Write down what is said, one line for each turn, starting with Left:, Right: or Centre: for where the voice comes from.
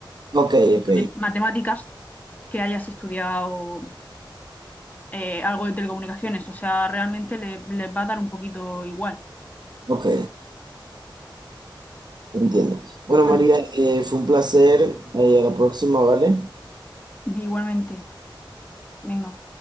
Right: Ok,
Left: mate-
Right: ok,
Left: matemáticas, que hayas estudiado eh, algo de telecomunicaciones. O sea, realmente le- les va a dar un poquito igual.
Right: ok, entiendo. Bueno,
Left: Bueno,
Right: María, eh, fue un placer. eh, a la próxima, ¿vale?
Left: igualmente. Venga.